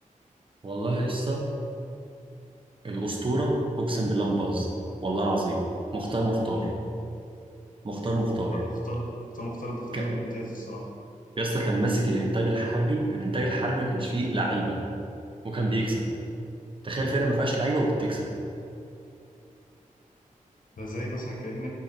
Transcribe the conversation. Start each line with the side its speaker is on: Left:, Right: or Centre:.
Right: والله يا اسطى الأسطورة أقسم بالله ما بهزر والله العظيم مختار مختار
Left: مين
Right: مختار مختار
Left: اختار مختار اختار مختار ده اختيار
Right: ك...
Left: ممتاز الصراحه
Right: يا اسطى كان ماسك الإنتاج الحربي الإنتاج الحربي ما كانش فيه لعيبة وكان بيكسب تخيل فرقة ما فيهاش لعيبة وبتكسب
Left: ده زي مثلا كأن